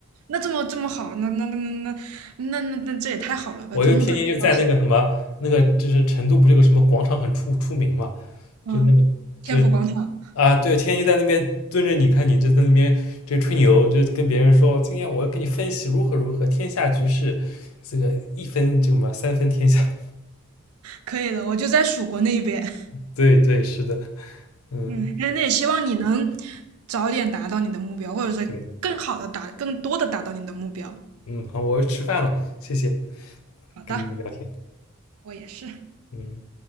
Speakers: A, on the right (about 75°); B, on the left (about 75°).
A: 那这么这么好，那那那那那那那那这也太好了吧，
B: 我就天天就在那个什么那个，
A: 做梦都想到
B: 就是成都不是有个什么广场很出出名嘛，
A: 嗯，
B: 就那个。
A: 天府广场。
B: 就啊，对，天天就在那边蹲着你，看你就在那边就吹牛，就跟别人说，今天我要跟你分析如何如何，天下局势，这个一分这个嘛，三分天下。
A: 可以的，我就在蜀国那一边。<laughs>
B: <laughs> 对对，是的，嗯，
A: 嗯，那那也希望你能早点达到你的目标，或者是更好的达、
B: 对，
A: 更多的达到你的目标。
B: 嗯，好，我要吃饭了，谢谢，
A: 好的，
B: 跟你聊天，
A: 我也是。
B: 嗯。